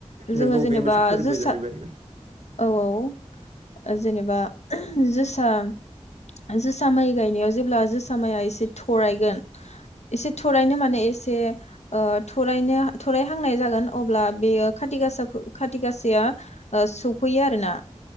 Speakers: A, on the left (about 70°); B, on the right (about 75°).
A: जोङो
B: नंगौ
A: जेनेबा
B: बे मोनसे फोरबो
A: जोसा
B: जाहैबाय
A: औ औ ओ जेनेबा जोसा-जोसा माइ गायनायाव जेब्ला जोसा माइया एसे थरायगोन एसे थरायनो माने एसे ओ थरायनो थरायहांनाय जागोन अब्ला बेयो खाथि गासा खाथि गासाया सौफैयो आरो ना